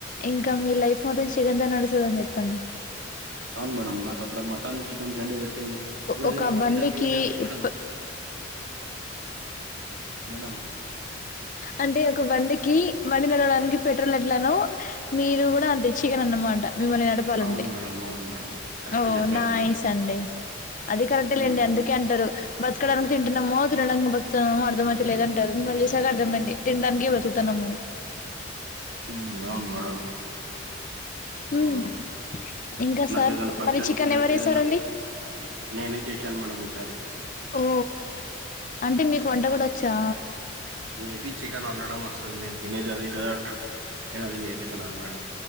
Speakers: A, on the left (about 40°); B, on the right (about 85°).
A: ఇంకా మీ లైఫ్ మొత్తం చికెన్తో నడుస్తాదని చెప్పండి
B: అవును మేడం నాకు అక్కడ మటన్ చికెన్ రెండు పెట్టింది ఇప్పుడు
A: ఒక
B: ఏదైనా ఫంక్షన్
A: బండికి
B: కి వెళ్ళిన మేడం
A: ఇప్
B: మేడమ్
A: అంటే ఒక బండికి బండి నడవడానికి పెట్రోల్ ఎట్లానో మీరు కూడా అంతే చికెన్ అన్నమాట మిమల్ని నడ పా లాంటే
B: అవును మేడం అవును మేడం కరెక్ట్
A: ఓ
B: చెప్పారు
A: నైస్
B: మీరు
A: అండి అది కరెక్టే
B: ఉమ్,
A: లేండి అందుకు కే అంటారు బతకడానికి తింటున్నామో తినడానికి బతుతున్నామో అర్థమయితేలేదంటారు మిమల్ని చూస్ సాక అర్థం అయ్యింది తినడానికే బతుకుతున్నాము
B: హు అవున్ మేడం
A: హ్మ్.
B: ఆ
A: ఇంకా
B: నాకు
A: సార్
B: ఏదైనా ఫంక్షన్కి
A: మరి చికెన్
B: వెళ్తేదేన్న
A: ఎవరు జేసారండి?
B: నేనే చేశాను మేడం ఈసారి
A: ఓ అంటే మీకు
B: హ్మ్,
A: వంట కూడా వచ్చా
B: మేబీ చికెన్ వండడం వస్తుంది నేను తినేది అదే కదా కాబట్టి నేను అది నేర్చుకున్నాను మేడం